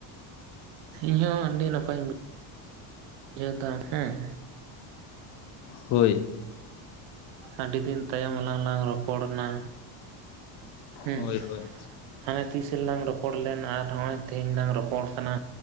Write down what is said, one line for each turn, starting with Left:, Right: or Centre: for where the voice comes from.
Right: ᱤᱧ ᱦᱚᱸ ᱟᱹᱰᱤ ᱱᱟᱯᱟᱭ ᱤᱧ ᱵᱩᱡᱷᱟᱹᱣ ᱮᱫᱟ ᱦᱮᱸ
Left: ᱦᱳᱭ
Right: ᱟᱹᱰᱤ ᱫᱤᱱ ᱛᱟᱭᱚᱢ ᱞᱟᱝ ᱨᱚᱯᱚᱲ ᱮᱱᱟ ᱦᱮᱸ
Left: ᱦᱳᱭ ᱦᱳᱭ
Right: ᱦᱟᱱᱮ ᱛᱤᱥ ᱨᱮᱞᱟᱝ ᱨᱚᱯᱚᱲ ᱞᱮᱱ, ᱟᱨ ᱦᱚᱜᱼᱚᱭ ᱛᱮᱦᱮᱧ ᱞᱟᱝ ᱨᱚᱯᱚᱲ ᱠᱟᱱᱟ,